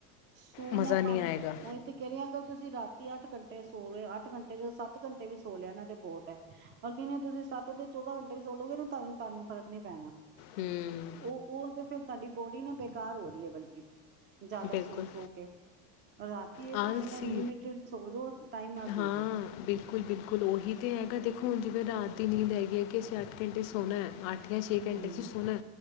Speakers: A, on the right; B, on the left.
A: ਸੋ
B: ਮਜ਼ਾ
A: ਨਾ
B: ਨਹੀਂ
A: ਪਾਵੇਂ
B: ਆਏਗਾ
A: ਉਹੀ ਤੇ ਕਹਿ ਰਹੀ ਅਗਰ ਤੁਸੀਂ ਰਾਤ ਅੱਠ ਘੰਟੇ ਸੋ ਅੱਠ ਘੰਟੇ, ਚ ਸੱਤ ਘੰਟੇ, ਵੀ ਸੋ ਲਿਆ ਨਾ ਤੇ ਬਹੁਤ ਹੈ। ਪਰ ਦਿਨੇ ਤੁਸੀਂ ਸੱਤ ਤੇ ਚੌਦਾਂ ਘੰਟੇ ਵੀ ਸੋਲੋਗੇ ਤੇ ਤਾਂ ਤੁਹਾਨੂੰ ਫ਼ਰਕ ਨੀ ਪੈਣਾ
B: ਹੂੰ
A: ਉਹ ਉਹ ਤੇ ਫੇਰ ਤੁਹਾਡੀ ਬੋਡੀ ਨੂੰ ਬੇਕਾਰ ਹੋ ਰਹੀ ਹੈ। ਬਲਕਿ ਜ਼ਿਆਦਾ
B: ਬਿਲਕੁਲ
A: ਸੋ ਕੇ ਰਾਤੀ ਇਸ
B: ਆਲਸੀ
A: ਤੋਂ ਚੰਗਾ ਲਿਮਿਟਡ ਸੋ ਜੋ ਟਾਈਮ ਨਾਲ ਸੋ
B: ਹਾਂ।
A: ਜੋ
B: ਬਿਲਕੁਲ, ਬਿਲਕੁਲ ਉਹੀ ਤੇ ਹੈਗਾ ਦੇਖੋ ਹੁਣ ਜਿਵੇਂ ਰਾਦ ਦੀ ਨੀਂਦ ਹੈਗੀ ਹੈ, ਕਿ ਅਸੀਂ ਅੱਠ ਘੰਟੇ ਸੋਣਾ ਹੈ ਅੱਠ ਅੱਠ ਛੇ
A: ਹਮ
B: ਘੰਟੇ 'ਚ ਸੋਣਾ